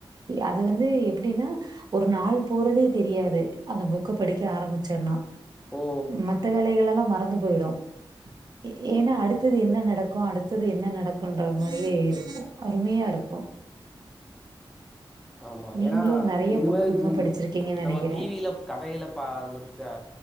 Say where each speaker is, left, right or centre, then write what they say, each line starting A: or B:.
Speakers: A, on the right; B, in the centre.
A: அது வந்து எப்டினா ஒரு நாள் போறதே தெரியாது அந்த புக்க படிக்க ஆரமிச்சோனா
B: ஓ
A: மத்த வேலைகளெல்லா மறந்து போய்டு ஏ ஏனா அடுத்தது என்ன நடக்கு அடுத்தது என்ன நடக் குன்ற மாரியே இருக்கு அருமையாருக்கு
B: ஆமா
A: நீங்களு
B: ஏனா
A: நெறைய
B: இது
A: புக்குங்க
B: மாரி தீ ங்க
A: படிச்சிருக்கீங்கன் நெனைக்கிறே
B: நம்ம டி வில கதைகள பா <unintelligible> அ